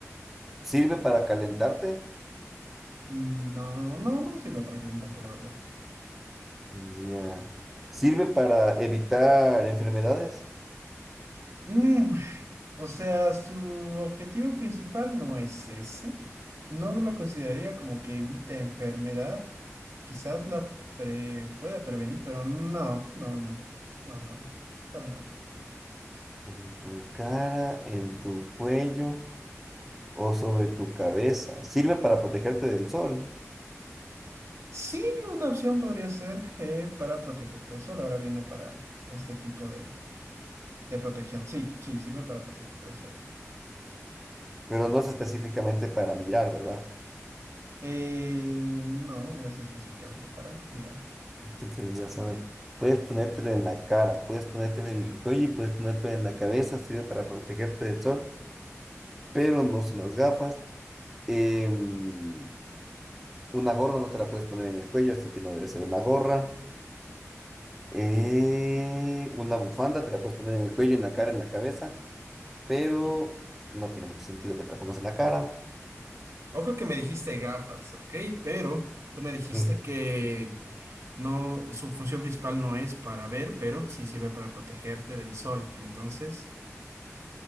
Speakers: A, in the centre; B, on the right.
A: ¿Sirve para calentarte?
B: no, no, no sirve para calentarte, la verdad.
A: Ya. ¿Sirve para evitar enfermedades?
B: Mm, O sea, su objetivo principal no es ese. No lo consideraría como que evita enfermedad. Quizás la pre- pueda prevenir, pero no, no, no, no, no, para nada.
A: ¿En tu cara, en tu cuello o sobre tu cabeza? Sirve para protegerte del sol,
B: Sí, una opción podría ser eh, para protegerte del sol. Ahora viene para este tipo de, de protección. Sí, sí, sirve para protegerte del sol.
A: pero no es específicamente para mirar, ¿verdad?
B: Eh, no, no es específicamente para mirar.
A: Te diría, saber. Puedes ponértelo en la cara, puedes ponértelo en el cuello y puedes ponértelo en la cabeza. Sirve para protegerte del sol, pero no son las gafas. Em, Una gorra no te la puedes poner en el cuello, así que no debe ser una gorra. Eh, una bufanda te la puedes poner en el cuello, en la cara, en la cabeza, pero no tiene mucho sentido que te la pongas en la cara.
B: Ojo que me dijiste gafas, ¿ok? Pero tú me dijiste
A: Ujú.
B: que no, su función principal no es para ver, pero sí sirve para protegerte del sol. Entonces,